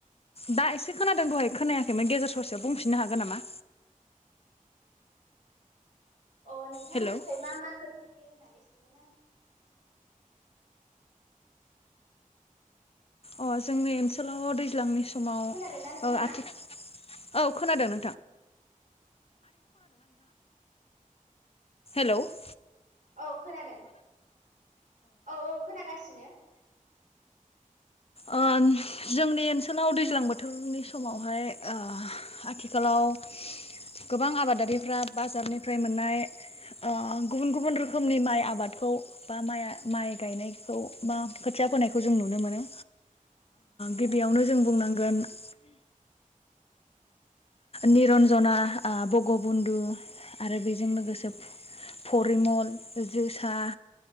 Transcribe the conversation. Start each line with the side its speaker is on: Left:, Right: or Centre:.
Left: दा एसे खोनादों दहाय खोनायाखैमोन गेजेर ससेयाव बुंफिननो हागोन नामा
Right: अ नोंथांनिफ्राय
Left: हेलौ अ
Right: मा मा खो होनानै सोमोन आङो
Left: अ जोंनि ओनसोलाव दैज्लांनि समाव
Right: खोनादोंना नोंथाङा
Left: ओ आथिखाल <inaudible>
Right: औ खोनादों औ औ खोनागासिनो
Left: ओ जोंनि ओनसोलाव दैज्लां बोथोरनि समावहाय ओ आथिखालाव गोबां आबादारिफ्रा बाजारनिफ्राय मोननाय ओ गुबुन गुबुन रोखोमनि माइ आबादखौ बा माइ माइ गायनायखौ बा खोथिया फोनायखौ जों नुनो मोनो गिबियावनो
Right: औ
Left: जों बुंनांगोन <unintelligible> निरन्जना ओ बगबन्धु आरो बेजों लोगोसे फरिमल जोसा